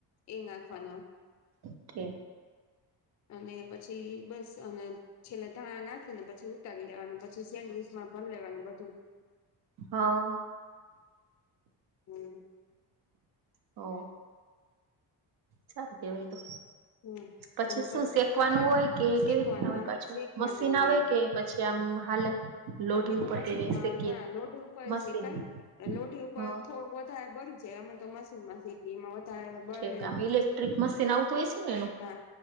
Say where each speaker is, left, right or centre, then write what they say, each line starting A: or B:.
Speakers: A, on the left; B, on the right.
A: એ નાખવાનો
B: ઓકે.
A: અને પછી બસ અને છેલ્લે ધાણા નાખીને પછી ઉતારી લેવાનું પછી સેન્ડવીચમાં ભરી લેવાનું બધું
B: હા.
A: હમ્મ.
B: હ ઓ સારું કેવાય તો
A: હમ
B: પછી
A: અને
B: શું શેકવાનું હોય કે
A: શેકવાનું
B: કેવી રીતના હોય
A: હા
B: પાછું
A: શેકવાનું
B: મશીન
A: હોય
B: આવે કે પછી આમ હાલે લોઢી
A: અમે તો
B: ઉપર
A: મશીનમાં
B: કે કઈ શેકીએ
A: ના
B: તો
A: લોઢી ઉપર
B: મશીન
A: શેકાય લોઢી ઉપર
B: હા
A: થો વધારે બળ જે અમે તો વોશિન મશીનમાં એમાં વધારે બળે
B: ઠીક આમ
A: નઈ.
B: ઇલેક્ટ્રિક મશીન આવતું હોયશ એ પાછું
A: હા